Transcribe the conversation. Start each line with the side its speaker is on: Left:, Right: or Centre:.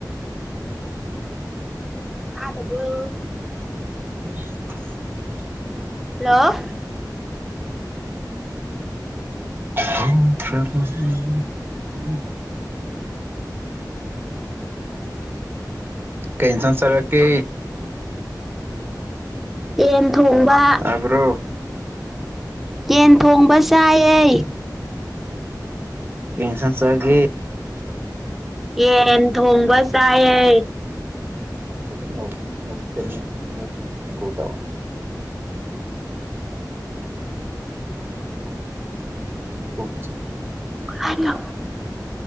Centre: ꯇꯥꯗꯕ꯭ꯔꯣ
Right: <inaudible>
Centre: ꯍꯜꯂꯣ
Right: ꯍꯧꯊꯔꯕꯅꯤ <unintelligible> ꯀꯩ ꯏꯟꯁꯥꯡ ꯆꯥꯔꯀꯦ
Centre: ꯌꯦꯟ ꯊꯣꯡꯕꯥ
Right: ꯇꯥꯕ꯭ꯔꯣ
Centre: ꯌꯦꯟ ꯊꯣꯡꯕ ꯆꯥꯏꯌꯦ
Right: ꯀꯩ ꯏꯟꯁꯥꯡ ꯆꯥꯥꯒꯦ
Centre: ꯌꯦꯟ ꯊꯣꯡꯕ ꯆꯥꯏꯌꯦ
Right: ꯅꯧ ꯃꯤꯅꯤꯠ ꯍꯀꯨ ꯗꯥꯎ <unintelligible> ꯀꯣꯟ ꯆꯦ <unintelligible>
Centre: ꯍꯂꯣ